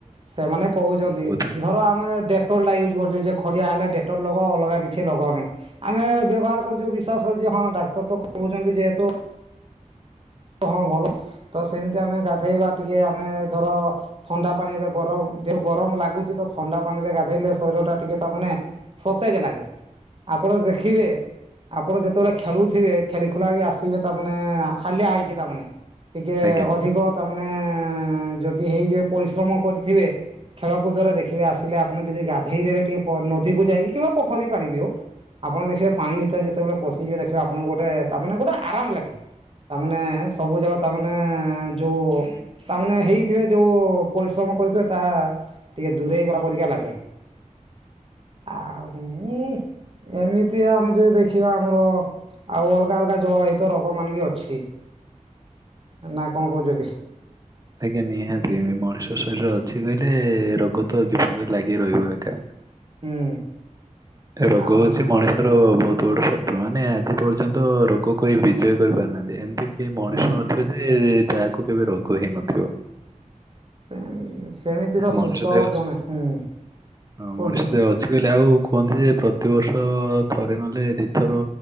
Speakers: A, on the right; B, on the right.
A: ସେମାନେ କହୁଛନ୍ତି
B: କହୁଥିବେ ନା।
A: ଧର ଆମେ ଡେଟଲ ଟା ୟୁ ହଁ ୟୁଜ କରୁଚି ଯେ ଖଣ୍ଡିଆ ହେଲେ ଡେଟୋଲ ଲୋଗ ଅଲଗା କିଛି ଲଗଉନି ଆମେ ବ୍ୟବହାର କରୁଛେ ବିଶ୍ୱାସ କରୁଚେ ହଁ ଡାକ ତ ତ କହୁଛନ୍ତି ଯେହେତୁ। ହଁ ଭଲ ତ ସେମିତି ଆମେ ଗାଧେଇବା ଟିକେ ଆମେ ଧର ଥଣ୍ଡା ପାଣି ଏବେ ଗରମ। ଯୋଉ ଗରମ ଲାଗୁଛି ତ ଥଣ୍ଡା ପାଣିରେ ଗାଧେଇଲେ ଶରୀର ଟା ଟିକେ ତା ମାନେ ସତେଜ ଲାଗେ। ଆପଣ ଦେଖିବେ। ଆପଣ ଯେତେବେଳେ ଖେଳୁଥିବେ ଖେଳି ଖୁଲା କି ଆସିବେ ତାମାନେ ହାଲିଆ ହେଇ କି ତାମାନେେ ଟିକେ
B: ଆଜ୍ଞା
A: ଅଧିକ ତାମାନେ ଯ ହେଇଯିବେ ପରିଶ୍ରମ କରିଥିବେ। ଖେଳକୁଦରେ ଦେଖିବେ ଆସିଲେ ଆପଣ ଯଦି ଗାଧେଇ ଦେବେ ଟିକେ ପ ନଦୀକୁ ଯାଇକି କିମ୍ବା ପୋଖରୀ ପାଣି ବି ହଉ। ଆପଣ ଦେଖିବେ ପାଣି ଭିତରେ ଯେତେବେଳେ ପଶିଯିବେ ଦେଖିବେ ଆପଣଙ୍କୁ ଗୋଟେ ତାମାନେ ଗୋଟେ ଆରାମ ଲାଗେ ତାମାନେ। ସବୁ ଯାକ ତାମାନେ ଯୋଉ ତାମାନେ ହେଇଥିବେ ଯୋଉ ପରିଶ୍ରମ କରିଥିବେ ତାହା। ଟିକେ ଦୂରେଇ ଗଲା ପରିକା ଲାଗେ। ଆଉ ଉଁ ଏମିତି ଆମେ ଯଦି ଦେଖିବା ଆମର। ଆଉ ଅଲଗା ଅଲଗା ଜଳବାହିତ ରୋଗ ମାନେ ବି ଅଛି। ନା କଣ କହୁଛନ୍ତି?
B: ଆଜ୍ଞା ନିହାତି ମଣିଷ ଶରୀର ଅଛି କହିଲେ ରୋଗ ତ ଜୀବନରେ ଲାଗି ରହିବ ଏକା।
A: ହୁଁ
B: ରୋଗ
A: ଆଉ
B: ହଉଛି ମଣିଷର ବହୁ ବଡ଼ ଶତ୍ରୁ ମାନେ ଆଜି ପର୍ଯ୍ୟନ୍ତ ରୋଗକୁ କେହି ବିଜୟ କରିପାରୁନାହାନ୍ତି ଏମିତି କେହି ମଣିଷ
A: ହୁଁ
B: ନଥିବ ଯେ। ଯାହାକୁ କେବେ ରୋଗ ହେଇନଥିବ।
A: ଏ ସେମିତି ତ
B: ମଣିଷ
A: ସୁସ୍ଥ
B: ଦେହ
A: ଜଣେ ହୁଁ।
B: ହଁ
A: କୁହନ୍ତୁ
B: ମଣିଷ ଦେହ ଅଛି କହିଲେ ଆଉ। କୁହନ୍ତି ଯେ ପ୍ରତିବର୍ଷ ଥରେ ନହେଲେ ଦିଥର